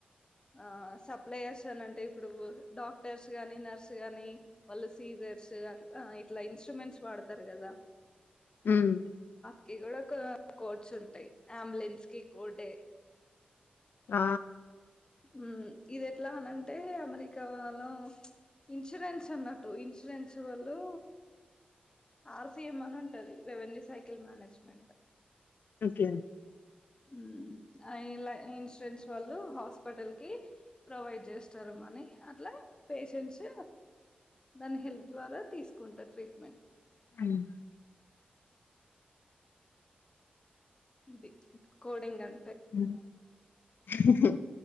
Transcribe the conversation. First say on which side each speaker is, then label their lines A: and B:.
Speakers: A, on the left; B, on the left.
A: ఆ సప్లయర్స్ అని అంటే ఇప్పుడు డాక్టర్స్ గానీ నర్స్ గానీ వాళ్ళు సీజర్స్ అ ఇట్లా ఇన్స్ట్రుమెంట్స్ వాడతారు గదా.
B: హ్మ్
A: కి కూడా కో కోర్చ్ ఉంటయ్ అంబులెన్స్ కి కోర్డె
B: ఆ
A: ఉం ఇది ఎట్లా అనంటే అమెరిక్ రిక్ వాళ్లు ఇన్సూరెన్స్ ఉన్నట్టు ఇన్సూరెన్స్ వాళ్ళు ఆర్సిఎం అని ఉంటాది రెవెన్యూ సైకిల్ మేనేజ్మెంట్
B: ఓకే
A: ఊమ్ ఆయ్ ఇలా ఇన్సూరెన్స్ వాళ్ళు హాస్పిటల్ కి ప్రొవైడ్ చేస్తారు మని అట్లా పేషెంట్స్ దాని హెల్ప్ ద్వారా తీసుకుంటారు ట్రీట్మెంట్
B: ఉమ్
A: ఇది కోడింగ్ అం
B: ఉమ్ హుహు